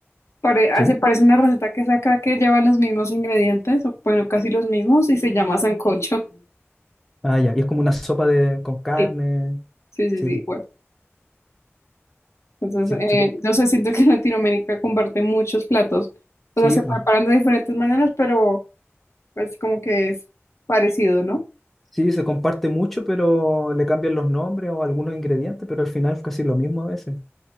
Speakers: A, on the left (about 80°); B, in the centre.
A: Pare, ah,
B: Sí.
A: se parece una receta que saca que lleva los mismos ingredientes, o bueno, casi los mismos, y se llama sancocho.
B: Ah, ya. Y es como una sopa de, con
A: <laughs>
B: carne.
A: Sí, sí, sí,
B: Sí,
A: sí, igual. Entonces,
B: sí,
A: eh,
B: sí, pu-
A: yo sé, siento que en Latinoamérica comparte muchos platos. O
B: sí,
A: sea, se
B: pu-
A: preparan de diferentes maneras, pero es como que es parecido, ¿no?
B: Sí, se comparte mucho, pero le cambian los nombres o algunos ingredientes, pero al final es casi lo mismo a veces.